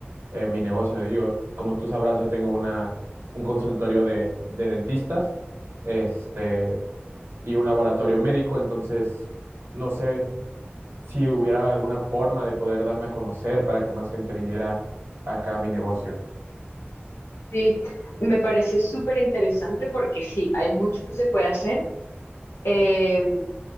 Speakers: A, on the right; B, on the left.
A: eh, mi negocio. Digo, como tú sabrás, yo tengo una, un consultorio de, de dentistas, este, y un laboratorio médico, entonces no sé si hubiera alguna forma de poder darme a conocer para que más gente viniera acá a mi negocio.
B: Sí, me parece súper interesante porque sí, hay mucho que se puede hacer, eh,